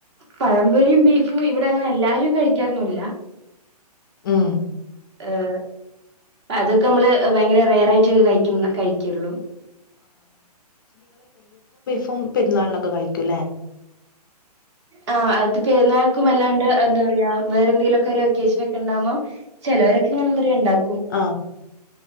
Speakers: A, on the right; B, on the left.
A: പഴപൊരിയും ബീഫും ഇ വിടങ്ങനെ എല്ലാരും കഴിക്കാറൊന്നുല്ല
B: ഉം
A: എ് അതൊക്കെ അമ്മള് ഭയങ്കര റെയറായിട്ടൊക്കെയെ കഴിക്കുന്ന കഴിക്കൊള്ളൂ.
B: പ്പും പെരുന്നാളിനൊക്കെ കഴിക്കുല്ലേ
A: ആ അത് പെരുന്നാൾക്കും അല്ലാണ്ട് എം എന്താപറയാ വേറെന്തെങ്കിലൊക്കെ ഒര് ഒക്കേഷനൊക്കെയുണ്ടാകുമ്പം ചെലോരൊക്കെയിങ്ങനെ ന്താപറയ ഇണ്ടാക്കും
B: ആ